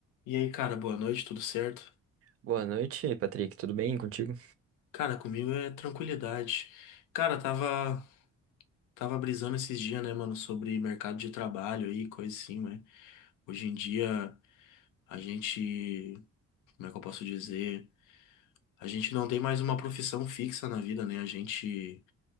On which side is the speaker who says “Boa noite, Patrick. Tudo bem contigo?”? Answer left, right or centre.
Right